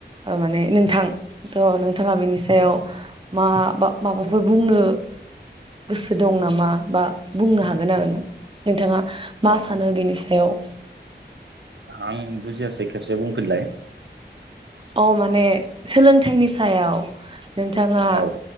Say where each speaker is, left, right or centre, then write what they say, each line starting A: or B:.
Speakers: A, on the right; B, on the right.
A: माने नोंथां
B: औ
A: थ' नोंथाङा बिनि सायाव मा बा माबाफोर बुंनो गोसो दं नामा बा बुंनो हागोन आरो ना नोंथाङा मा
B: औ आं
A: सानो बिनि सायाव
B: आं बुजियासै। खेबसे बुंफिनलाय।
A: अ माने सोलोंथाइनि सायाव। नोंथाङा
B: औ